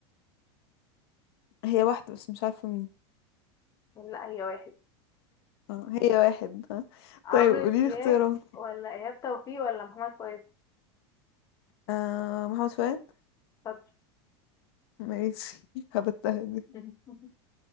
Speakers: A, on the left (about 60°); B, on the left (about 25°).
A: هي واحدة بس مش عارفة مين
B: لا هي واحد
A: اه هي واحد ها
B: عمرو
A: طيب قوليلي
B: دياب
A: اختيارات
B: ولا إيهاب توفيق ولا محمد فؤاد
A: آه محمد فؤاد
B: شاطر
A: ماشي <laughs> هبتها دي
B: <laughs>